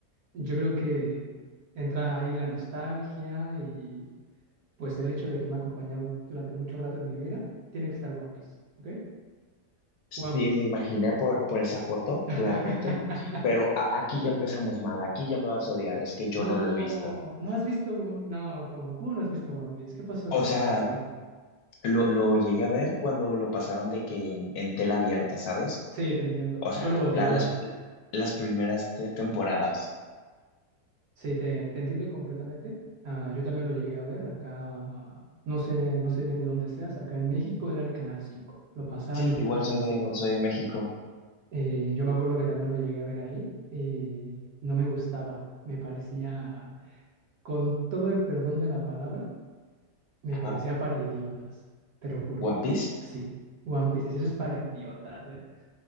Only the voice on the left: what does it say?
Sí,
me imaginé por, por esa foto,
claramente, pero a- aquí ya empezamos mal, aquí ya me vas a odiar, es que yo
no lo he visto.
O
sea,
lo, lo llegué a ver cuando lo pasaban de que en, en tela abierta, ¿sabes?
O sea,
la- las, las primeras te- temporadas.
Sí,
igual
soy de,
soy de México.
Ajá.
¿One Piece?